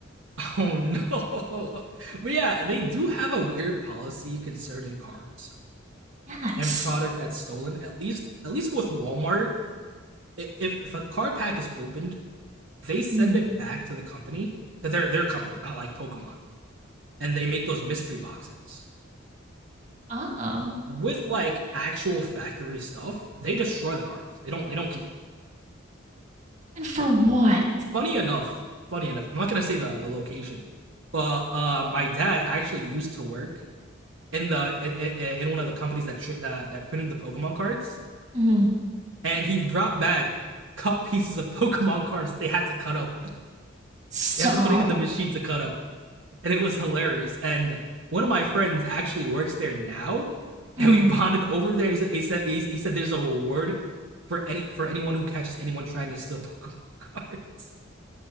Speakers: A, on the right; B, on the right.
A: oh no. But yeah, they do have a weird policy concerning cards
B: Yes.
A: and product that's stolen at least at least with walmart if, if a card pack is opened they send
B: Mm.
A: it back to the company to their their company not like pokemon and they make those mystery boxes
B: Oh.
A: with like actual factory stuff they destroy the cards they don't they don't keep them
B: And for what?
A: funny enough funny enough i'm not gonna say the the location but uh my dad actually used to work in the in, in one of the companies that tra- that that printed the pokemon cards
B: Mm.
A: and he brought back cut pieces of <laughs> Pokemon cards that they had to cut up. <laughs>
B: Stop.
A: They had to put it in the machine to cut up, and it was hilarious. And one of my friends actually works there now, and
B: Mm.
A: we bonded over there. He said he said he, he said there's a reward for any for anyone who catches anyone trying to steal <laughs> Pokemon cards.